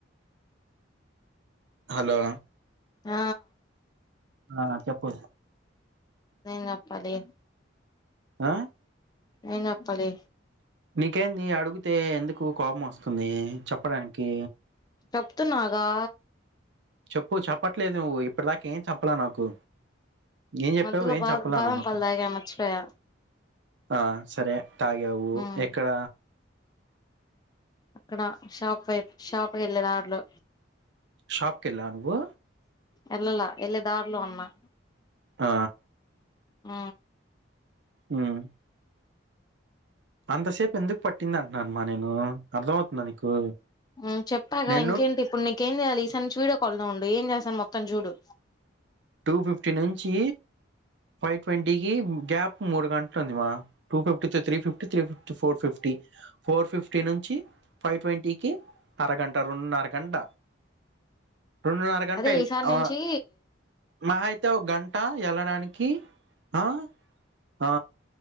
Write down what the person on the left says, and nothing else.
ఆ
ఏం చెప్పాలి
ఏం చెప్పాలి
చెప్తున్నాగా
మధ్యలో
బా
బాదం
పాలు తాగా మర్చిపోయా
ఉమ్
అక్కడ షాప్ వైప్ షాప్ వెళ్ళే దారిలో
ఎల్లలా ఎలే దార్లో అన్నా
ఆ
అ చెప్పాగా
ఇంకేంటి ఇప్పుడు నీకేం జేయాలి ఈసారి నుంచి వీడియో కాల్లో ఏం చేసాను మొత్తం జూడు
అదే
ఈసారి
నుంచి